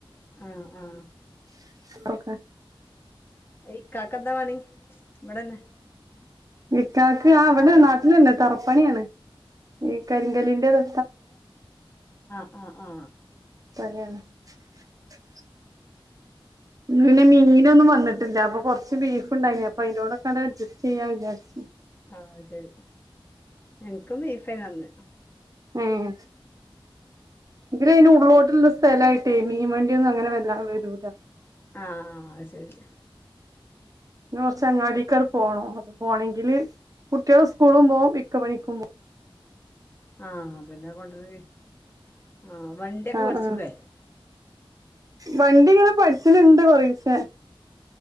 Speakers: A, on the left; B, on the right.
A: ആാ ആാ
B: <unintelligible>
A: ഇക്കക്കാന്താ പണി ഇവടെന്നേ
B: ഇക്കാക്ക് ആ ഇവടെ നാട്ടിലെന്നാ തറപ്പണിയാണ് ഈ കരിങ്കലിന്റെ <unintelligible>
A: ആാ ആാ
B: <unintelligible> പിന്നെ മീനൊന്നും വന്നിട്ടില്ല അപ്പം കൊറച്ച് ബീഫ്ണ്ടായിനി അപ്പം അതിന്റോടെക്കോ ങ്ങ് അഡ്ജസ്റ്റ് ചെയ്യാ വിചാരിച്ച്
A: ആ അത് ശെരി എനിക്കും ബീഫന്നാ അന്ന്
B: ഉം ഇതിലെ അയിന് ഉള്ളോട്ടുള്ള സ്ഥലായിട്ടേ മീൻവണ്ടിയൊന്നും അങ്ങനെ വെല്ലാതെ വരൂല്ല.
A: ആ അത് ശെരി
B: പിന്ന കൊറച്ച് അങ്ങാടിക്കാട് പോണം അത് പോണെങ്കില് കുട്ടികള് സ്കൂളിലും പോകും ഇക്ക പണിക്കും പോ
A: ആ പിന്നെ <unintelligible> ആ വണ്ടിയൊക്കെ
B: ആഹ്
A: പഠിച്ചൂടെ
B: ആഹ് വണ്ടി ഇങ്ങനെ പഠിച്ചിനിണ്ട് കൊറേശെ